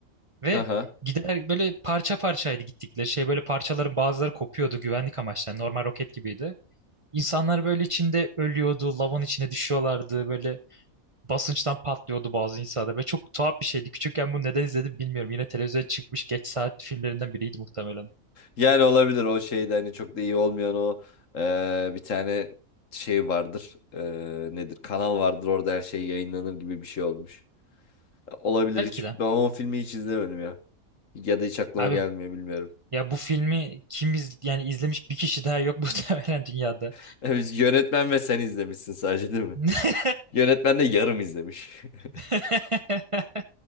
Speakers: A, on the right; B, on the left.
A: Ve
B: Aha.
A: gider böyle parça parçaydı gittikleri şey böyle parçaların bazıları kopuyordu güvenlik amaçlı. yani normal roket gibiydi. İnsanlar böyle içinde ölüyordu, lavın içine düşüyorlardı, böyle basınçtan patlıyordu bazı insanlar. Ve çok tuhaf bir şeydi. Küçükken bunu neden izledim bilmiyorum. Yine televizyona çıkmış geç saat filmlerinden biriydi muhtemelen.
B: Yani olabilir o şeyde hani çok da iyi olmayan o e, bir tane şey vardır. E, nedir? Kanal vardır orada her şey yayınlanır gibi bir şey olmuş. Olabilir
A: Belki
B: hiç
A: de.
B: ben o filmi hiç izlemedim ya. Ya da hiç aklıma
A: Abi
B: gelmiyor bilmiyorum.
A: ya bu filmi kim iz yani izlemiş bir kişi daha yok <laughs> muhtemelen dünyada.
B: <laughs> Biz yönetmen ve sen izlemişsin sadece değil mi?
A: <laughs>
B: Yönetmen de yarım izlemiş. <laughs>
A: <laughs>